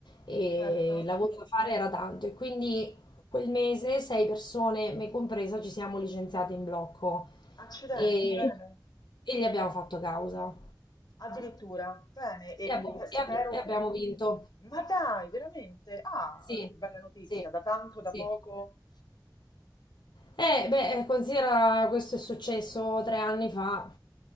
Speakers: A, on the left; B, on the left.
A: E
B: certo.
A: il lavoro da fare era tanto. E quindi quel mese sei persone, me compresa, ci siamo licenziate in blocco
B: Accidenti,
A: e,
B: bene?
A: e gli abbiamo fatto causa.
B: Addirittura, bene, e
A: E abbiamo,
B: pe- spero...
A: e abbi- e abbiamo vinto.
B: Ma dai, veramente? Ah,
A: Sì,
B: che bella notizia,
A: sì,
B: da tanto, da
A: sì.
B: poco.
A: Eh, beh, eh, considera questo è successo tre anni fa,